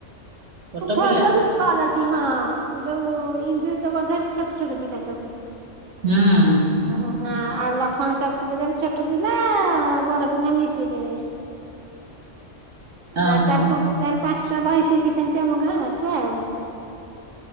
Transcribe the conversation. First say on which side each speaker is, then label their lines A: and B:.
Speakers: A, on the right (about 65°); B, on the right (about 80°).
A: ଛୋଟ
B: ଭଲ
A: ପିଲା
B: ଲାଗେ କରନ୍ତି ହଁ, ଯୋଉ ଇନ୍ଦ୍ରିଜିତ ବଧ ରେ ଛୋଟ ଛୋଟ ପିଲା ସବୁ।
A: ହଁ।
B: ଓହୋ <unintelligible> ଆଉ ଲକ୍ଷ୍ମଣୀ ଶକ୍ତି ପୂଜାରେ ଛୋଟ ପିଲା ବଡ ପିଲା ମିଶିକିରି।
A: ଓହୋ
B: ଆଉ ଚାରି ଚାରି ପାଞ୍ଚଟା ବହି ଶିଖି ସେମତି ଆମ ଗାଁ ଅଛ ଆଉ <unintelligible>